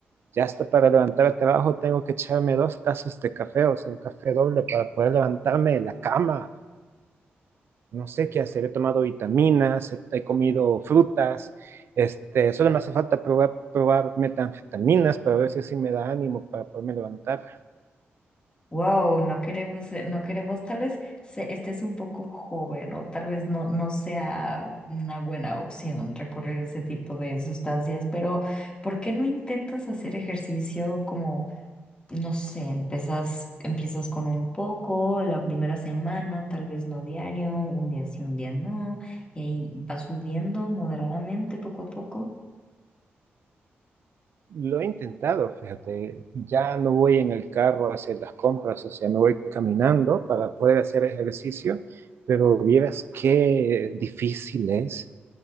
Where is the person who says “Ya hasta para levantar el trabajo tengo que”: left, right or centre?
Right